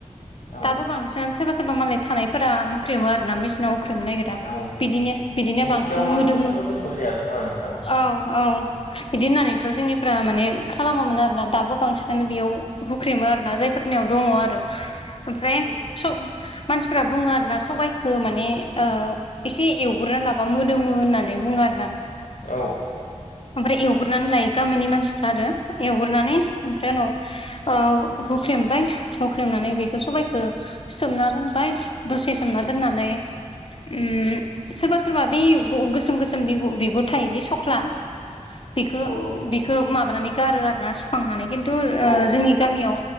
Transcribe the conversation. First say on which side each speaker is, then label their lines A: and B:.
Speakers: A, on the left; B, on the left.
A: औ
B: दाबो बांसिनानो सोरबा सोरबा मालाय थानायफोरा हुख्रेमो आरो ना मेसिनाव हुख्रेमनो नागिरा।
A: औ
B: बिदिनो बिदिनो
A: मेचिनावबाथ'
B: बांसिन मोदोमो।
A: एसेबां गोथाव जाया खोमा नोंथां
B: <inaudible> औ औ। बिदि होननानैथ' जोंनिफ्रा माने खालामामोन आरोना दाबो बांसिनानो बेयाव बुख्रिमो आरोना जायफोरनियाव दङ आरो ओमफ्राय
A: औ
B: स मानसिफ्रा बुङो आरो ना सबायखौ माने ओ एसे एवग्रोना लाबा मोदोमो होननानै। बुङो आरो ना।
A: औ
B: ओमफ्राय एवगोरनानै लायो गामिनि मानसिफ्रा आरो। एवग्रोनानै ओमफ्राय उनाव औ हुख्रेमबाय हुख्रेमनानै बेखौ सबायखौ सोमना दोनबाय। दसे सोमना दोननानै उम सोरबा सोरबा बे युब गु गोसोम गोसोम बिगु बिगुर थायो जि सख्ला। बिखो
A: औ
B: बिखो माबानानै गारो आरो ना सुखांनानै खिन्थु ओ
A: औ
B: जोंनि गामियाव